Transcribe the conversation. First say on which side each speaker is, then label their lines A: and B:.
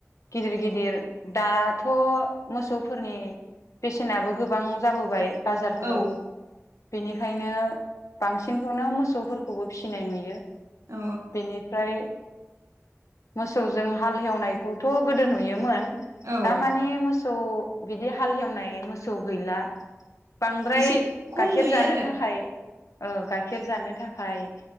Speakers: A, on the left; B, on the right.
A: गिदिर गिदिर दाथ' मोसौफोरनि बेसेनाबो गोबां जाबोबाय बाजारफोराव
B: औ
A: बेनिखायनो बांसिनखौनो मोसौफोरखौबो फिसिनाय नु यो
B: औ
A: बेनिफ्राय मोसौजों हाल हेवनायखौथ' गोदो नुयोमोन
B: औ
A: दा मानि मोस सौ बिदि हाल हेवनाय मोसौ गैला बांद्राय
B: एसे खम
A: गाइखेर
B: नुयो
A: जानो
B: आरो
A: थाखाय औ गाइखेर जानो थाखाय